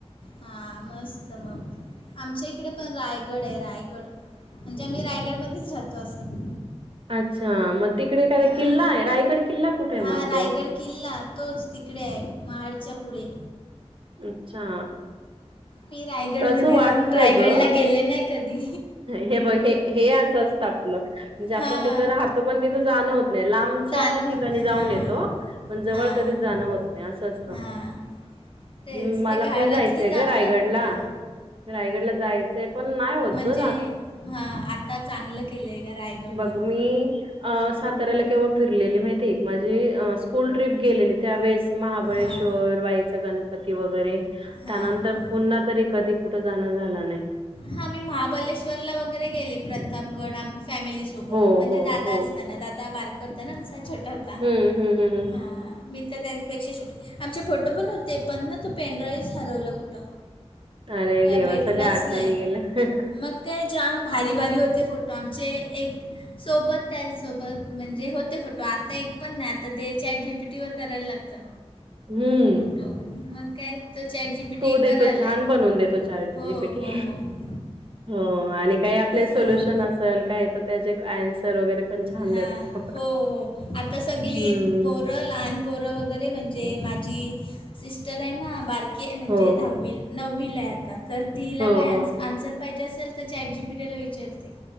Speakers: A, on the left; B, on the right.
A: हा मस्त मग आमच्या इकडे पण रायगड आहे रायगड. म्हणजे आम्ही रायगड मध्येच राहतो असं.
B: अच्छा मग तिकडे काय
A: हां
B: किल्ला आहे रायगड किल्ला कुठेय
A: हां
B: मग
A: रायगड
B: तो?
A: किल्ला तोच तिकडे आहे महाडच्या पुढे.
B: अच्छा
A: मी रायगडमध्ये
B: तस वाटतं
A: राहून रायगडला
B: ग?
A: गेले नाय कधी.
B: हे बघ हे हे असं असतं आपलं म्हणजे आपण
A: हां
B: तिथं राहतो पण तिथं जाणं होत नाही लांबच्या
A: चालणं होत
B: ठिकाणी
A: नाही
B: जाऊन
A: हां
B: येतो पण जवळ
A: हां
B: कधीच जाणं होत नाही असं असतं.
A: हां तेच
B: हम्म मला
A: ते घरातली
B: पण जायचंय
A: जातात
B: ग रायगड ला.
A: हां.
B: रायगडला जायचंय पण नाही होत ग.
A: जे हं आता चांगलं केलंय ग रायगड
B: बघ
A: वर.
B: मी अं साताऱ्याला केव्हा फिरलेली माहितीय माझी स्कूल ट्रीप गेलेली त्यावेळेस. महाबळेश्वर,
A: हां
B: वाईचा गणपती वगैरे
A: हां
B: त्यानंतर
A: बरोबर
B: पुन्हा तरी कधी कुठ जाणं झालं नाय.
A: हा मी महाबलेश्वर ला वगैरे प्रतापगड आम फॅमिली सोबत
B: हो
A: म्हणजे
B: हो
A: दादा
B: हो
A: आस त्यांना दादा बारकं होत ना आमचा छोटा होता,
B: हम्म हम्म हम्म हम्म
A: हां. मी तर त्याच्यापेक्षा छोटी, आमचे फोटो पण होते, पण तो ना पेन ड्राईव्हच हरवलं कुठं.
B: अरे
A: काय
B: देवा
A: भेटलाच
B: सगळ्या आठवणी
A: नाही
B: गेल्या.
A: मग काय जाम भारी भारी फोटो होते आमचे, एक सोबत त्या सोबत, म्हणजे होते फोटो, आता एक पण नाही, आता ते चॅट जीपीटी वर करायला लागतय.
B: हम्म
A: फोटो, मग काय, तो चॅट जी पी टी
B: तो
A: एक
B: देतो,
A: बारा आला
B: छान
A: आहे
B: बनवून देतो चॅट
A: हो
B: जीपीटी.
A: हो हो
B: हो, आणि काही आपले सोल्युशन
A: हां
B: असल, काय तर त्याचे एन्सर वगैरे पण छान
A: हा
B: देतो
A: हो हो, आता सगळी
B: हम्म
A: पोरं लहान पोरं वगैरे म्हणजे, माझी सिस्टर आहे ना बारकी, म्हणजे
B: हो
A: दहावी नववीला आहे आता, तर तिला
B: हो, हो.
A: काय आन्स आन्सर पाहिजे असेल तर चॅट जीपीटीला विचारते.